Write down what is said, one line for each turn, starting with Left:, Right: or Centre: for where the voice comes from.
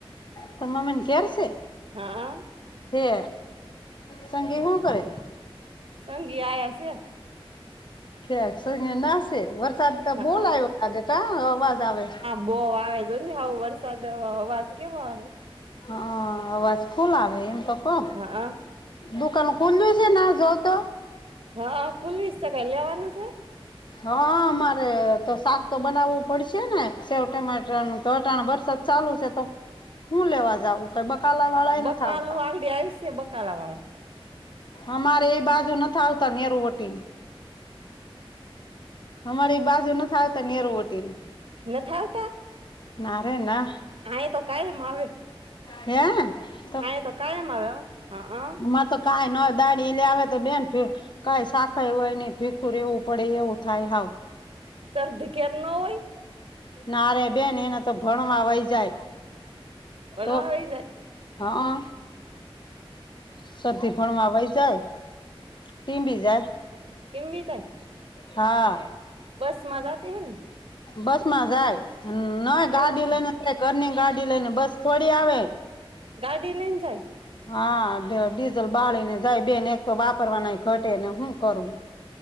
Left: તાર મમ્મી ઘેર છે?
Right: હા.
Left: હે સંગી હું કરે?
Right: સંગી આયા છે.
Left: ઠક સંગી નાશે વરસાદ તો
Right: હા
Left: બોલ આવ્યો લાગે કં અવાજ આવે.
Right: બોવ આવે જો ને આવો વરસાદ અવાજ કેવો આવે.
Left: હ અવાજ ફૂલ આવે એમ તો કો
Right: હા
Left: દુકાન ખુલો છે ના જ તો
Right: હા હ ખુલ્લી શે કા લેવાનું છે?
Left: હા મારે તો શાક તો બનાવવું પડશે ને સેવ ટમેટાનું તો ત્રણ વરસાદ ચાલુ છે તો હું લેવા જઉં. કઈ બકાલા વાળાય
Right: બકાલું
Left: નથી આવતા.
Right: આગડી આવશે બકાલા વાળો
Left: અમારે એ બાજુ ન આવતા નેરુ વટી ને અમારી બાજુ ના આવતા નેરવટીને
Right: નથી આવતા
Left: નારે ના
Right: હા એ તો કાયમ આવે
Left: હે
Right: આ તો કઈ મારો હા
Left: માં તો કઈ ન દાડી લ આવે તો બેન ફ કઈ શાખાય હોય નહી ભીખુ રહેવું પડે એવું થાય હાવ
Right: શરદી કર ન હોય
Left: ના ર બેન એને તો ભણવા વહી જાય.
Right: ભણવા
Left: તો
Right: વહી જાય.
Left: હા સધી ભણવા વહી જાય. ટીંબી બી જાય.
Right: ટિં બી તાય
Left: હા
Right: બસ મજાતી હ ને
Left: બસ માં જાય નય ગાડી
Right: એવું છે
Left: લઈને જાય ઘરની ગાડી લઈ ને બસ છોડી આવે
Right: ગાડી લઈને જાય
Left: હા ડીઝલ બાળી ને જાય બેન એક તો વાપરવા નાય ઘટે ને હું કરું.